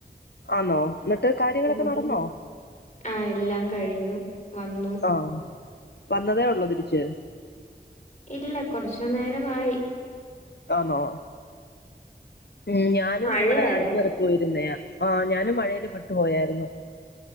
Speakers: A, on the left; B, on the left.
A: ആന്നോ എന്നിട്ട് കാര്യങ്ങളക്കെ
B: പോയി
A: നടന്നോ
B: ആ എല്ലാ കഴിഞ്ഞു വന്നു
A: ആ വന്നതേ ഉള്ളു തിരിച്ച്
B: ഇല്ല കൊറച്ച് നേരമായി
A: ആന്നോ മ്മ് ഞാനും
B: മഴയായിരുന്നു
A: ഇവടെ അടുത്തുവരെ പോയിരുന്നേയ ആ ഞാനും മഴ യില് പെട്ട് പോയായിരുന്നു